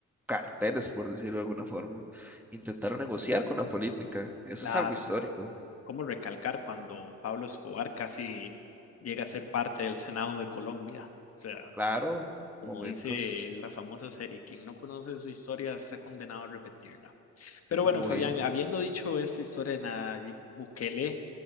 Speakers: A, in the centre; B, on the left.
A: carteles, por decirlo de alguna forma. Intentaron negociar con la política. Eso
B: Claro,
A: es algo histórico.
B: ¿cómo recalcar cuando Pablo Escobar casi llega a ser parte del Senado de Colombia? O sea,
A: Claro,
B: como
A: momentos
B: dice la famosa serie, quien no conoce su historia está condenado a repetirla. Pero bueno,
A: muy...
B: Fabián, habiendo dicho esta historia de Nayib Bukele,